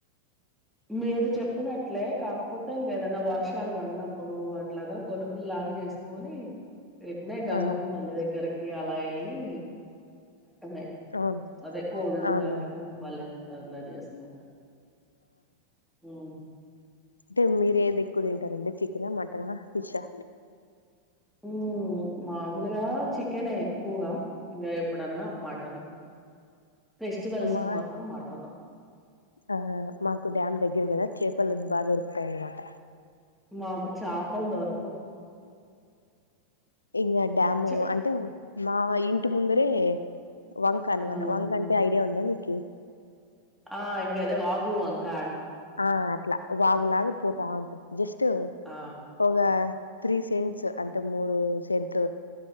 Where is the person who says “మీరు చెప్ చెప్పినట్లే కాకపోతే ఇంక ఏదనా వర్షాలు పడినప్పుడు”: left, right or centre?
Centre